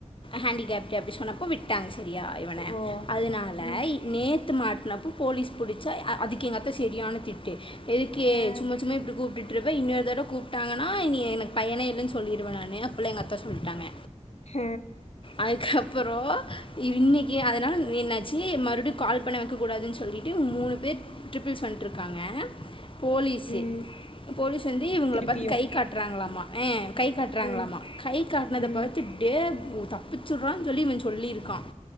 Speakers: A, on the left; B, on the left.
A: ஹேண்டிகேப்ட் அப்டி சொன்னப்போ விட்டாங்க சரியா இவன
B: ஓ
A: அதனால
B: ம்
A: நேத்து மாட்டனப்போ போலீஸ் புடிச்சா அதுக்கு எங்கத்த சரியான திட்டு எதுக்கே
B: ஆ
A: சும்மா சும்மா இப்டி கூப் விட்ருவ இன்னொரு தடவ கூப்ட்டாங்கனா இனி எனக் பையனே இல்லன் சொல்லிருவ நானு அப்லா எங்க அத்த சொல்டாங்க
B: ஹ
A: அதுக்கப்புரோ இன்னக்கி அதனால் என்னாச்சி மறுபடியு கால் பண்ண வைக்கக்கூடாதுன் சொல்லி அப்டி மூணு பேர் ட்ரிபிள்ஸ் வட்ருக்காங்க போலீஸு
B: ம்
A: போலீஸ் வந்து இவங்கள
B: திருப்பியு
A: பார்த்து கை காட்டுறாங்ளாமா ஹ கை காட்டுறாங்ளாமா
B: ம்
A: கை காட்னத
B: ம்
A: பாத்து அப்டியே தப்பிச்சிட்றா சொல்லி இவ சொல்லியிருக்கா